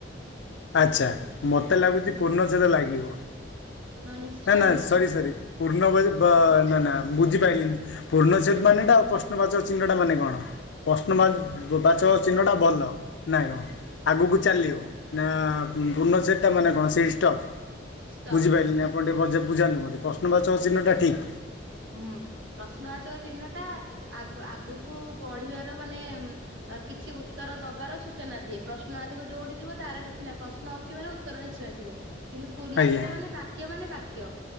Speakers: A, on the left (about 70°); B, on the right (about 85°).
A: ଆଚ୍ଛା ମୋତେ ଲାଗୁଛି ପୂର୍ଣ୍ଣଚ୍ଛେଦ ଲାଗିବ।
B: ନ ନିଶ୍ଚୟ
A: ନା ନା
B: ମୁଁ
A: ସରି
B: ତ
A: ସରି। ପୂର୍ଣ୍ଣ <unintelligible> ନା ନା ବୁଝିପାରିଲିନି। ପୂର୍ଣ୍ଣଚ୍ଛେଦ ମାନେଟା ଆଉ ପ୍ରଶ୍ନବାଚକ ଚିହ୍ନଟା ମାନେ କଣ? ପ୍ରଶ୍ନବା ବାଚକ ଚିହ୍ନଟା ଭଲ, ନାଇଁ ମ ଆଗକୁ ଚାଲିବ। ନା ପୂର୍ଣ୍ଣଚ୍ଛେଦଟା ମାନେ କଣ ସେଇ ଷ୍ଟପ୍?
B: ଷ୍ଟପ
A: ବୁଝିପାଇଲିନି ମ। ଆପଣ ଟିକେ ଭଲସେ ବୁଝାନ୍ତୁ ମତେ ପ୍ରଶ୍ନବାଚକ ଚିହ୍ନଟା ଠିକ୍?
B: ହୁଁ, ପ୍ରଶ୍ନବାଚକ ଚିହ୍ନଟା ଆଗ ଆଗକୁ ବଢିବାର ମାନେ କିଛି ଉତ୍ତର ଦବାର ସୂଚନା ଦିଏ, ପ୍ରଶ୍ନବାଚକ ଯୋଉଠି ଥିବ ତାର କିଛି ନା ପ୍ରଶ୍ନ ଅଛି ମାନେ ଉ ଉତ୍ତର ନିଶ୍ଚୟ ଥିବ, କିନ୍ତୁ ପୂର୍ଣ୍ଣଚ୍ଛେଦ
A: ଆଜ୍ଞା।
B: ମାନେ ବାକ୍ୟ ମାନେ ବାକ୍ୟ।